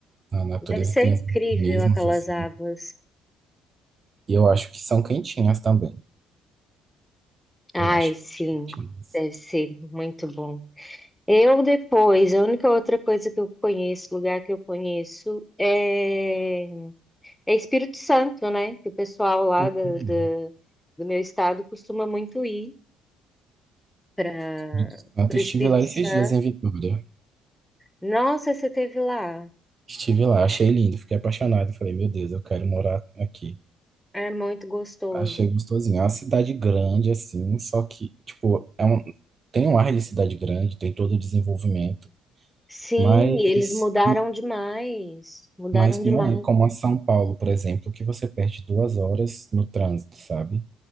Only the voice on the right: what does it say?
A natureza
tem
os mecanismos,
assim.
E eu acho que são quentinhas também.
Eu acho
que são quentinhas.
Uhum.
Espírito Santo,
estive lá esses
dias em Vitória.
Estive lá, achei lindo, fiquei apaixonado. Falei, meu Deus, eu quero morar aqui.
Achei gostosinho. É uma cidade grande, assim, só que, tipo, é um, tem um ar de cidade grande, tem todo o desenvolvimento,
mas,
mas
não é como a São Paulo, por exemplo, que você perde duas horas no trânsito, sabe?